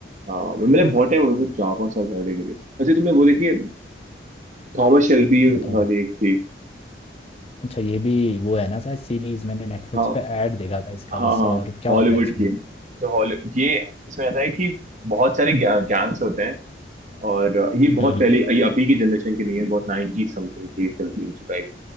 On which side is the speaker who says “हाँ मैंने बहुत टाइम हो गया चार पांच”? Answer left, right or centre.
Right